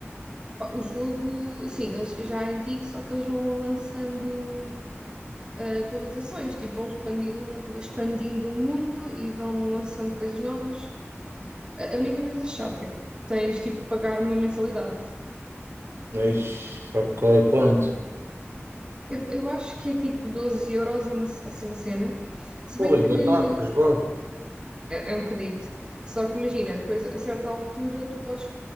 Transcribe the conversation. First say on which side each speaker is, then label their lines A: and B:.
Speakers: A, on the right; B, on the right.
A: Pá, o jogo, sim, eles já é antigo, só que eles vão lançando eh, atualizações, tipo, vão expandindo, um, expandindo o mundo e vão lançando coisas novas. A única coisa chata é que tens tipo de pagar uma mensalidade.
B: Ixi, ok, quanto?
A: Eu, eu acho que é tipo 12 euros e uma, assim uma cena. Se
B: Porra,
A: bem
B: ainda
A: que
B: está a jogar.
A: é, é um bocadito. Só que imagina, depois a certa altura tu podes,